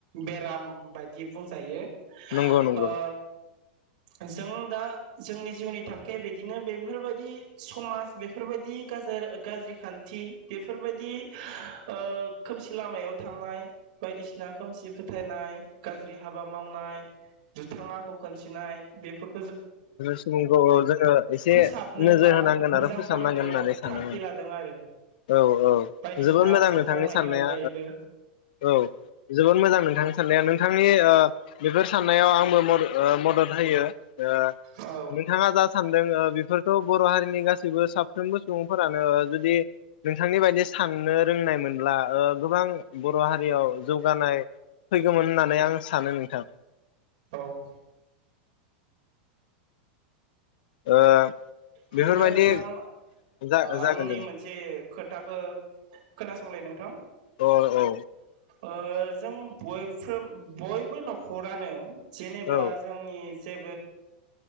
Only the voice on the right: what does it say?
बेराम बायदि बुंजायो।
ओ जों दा जोंनि जिउनि थांखिया बिदिनो बेफोरबायदि समाज बेफोरबायदि गाजोर गाज्रि खान्थि बेफोरबायदि ओ खोमसि लामायाव थांनाय बायदिसिना खोमसि फोथायनाय गाज्रि हाबा मावनाय दुथां आखु खोनथिनाय बेफोर
फोसाबनो
बा
मोजां
खालामनो
थांखि
लादों आरो
बायदिसिना
जब
मावनायनि
अनगायैबो
औ
औ
बिदिब्ला
नोंथां
आंनि
मोनसे खोथाखौ खोनासंलाय नोंथां
ओ जों बयफ्र बयबो नखरानो जेनेबा
जोंनि जे